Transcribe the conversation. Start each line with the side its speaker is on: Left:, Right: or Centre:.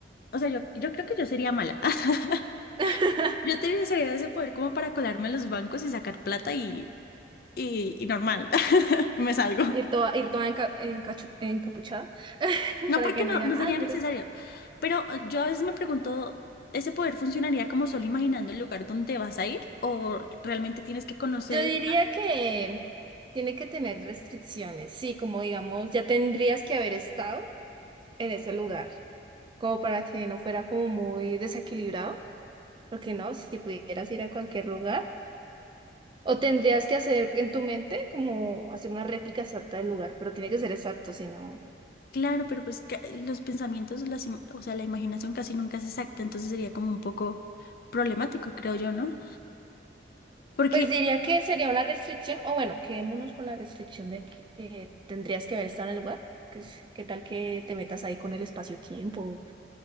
Left: o sea, yo, yo creo que yo sería mala. <laughs>
Right: <laughs>
Left: Yo utilizaría ese poder como para colarme a los bancos y sacar plata y y, y normal, <laughs> me salgo.
Right: Ir toda, ir toda enca- encachu- encapuchada, <laughs>
Left: No
Right: para
Left: porque
Right: que
Left: no,
Right: no digan,
Left: no sería
Right: ay, mires.
Left: necesario, pero eh, yo a veces me pregunto, ¿ese poder funcionaría como solo imaginando el lugar donde vas a ir o realmente tienes que conocer
Right: Yo
Left: el
Right: diría
Left: lugar?
Right: que tiene que tener restricciones, sí, como digamos, ya tendrías que haber estado en ese lugar, como para que no fuera como muy desequilibrado, porque no, si pudieras ir a cualquier lugar. O tendrías que hacer en tu mente como hacer una réplica exacta del lugar, pero tiene que ser exacto, si no.
Left: Claro, pero pues ca- los pensamientos, las, im- o sea, la imaginación casi nunca es exacta, entonces sería como un poco problemático, creo yo, ¿no? Porque
Right: Pues diría que sería una restricción, o bueno, quedémonos con la restricción de que eh, tendrías que haber estado en el lugar. que es- ¿Qué tal que te metas ahí con el espacio-tiempo